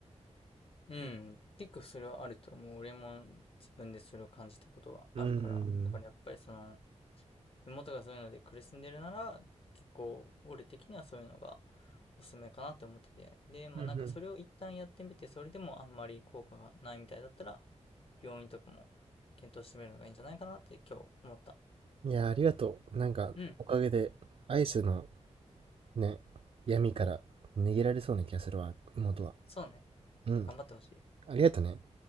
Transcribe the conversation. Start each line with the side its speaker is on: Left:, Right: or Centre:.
Left: うん。結構それはあると思う。俺も自分でそれを感じたことはあるから。
Right: うんうん
Left: だからやっぱりその、妹がそういうので苦しんでるなら、結構、俺的にはそういうのがおすすめかなって思ってて。で、まあなんかそれを一旦やってみて、
Right: うん。うん
Left: それでもあんまり効果がないみたいだったら、病院とかも検討してみるのがいいんじゃないかなって今日思った。
Right: うん。いや、ありがとう。なんか、
Left: うん、
Right: おかげで、アイスのね、闇から逃げられそうな気がするわ、妹は。
Left: そうね。
Right: うん。
Left: 頑張ってほしい。
Right: ありがとね。